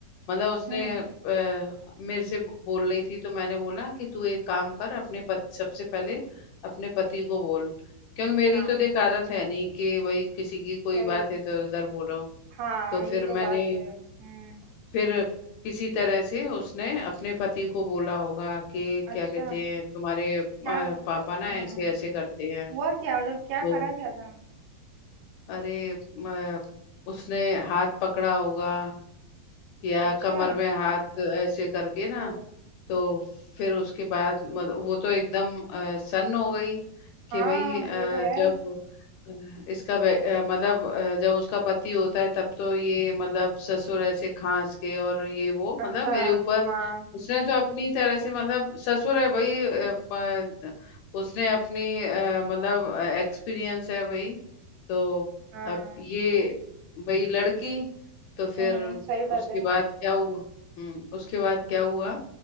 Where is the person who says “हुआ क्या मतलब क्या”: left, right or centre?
Right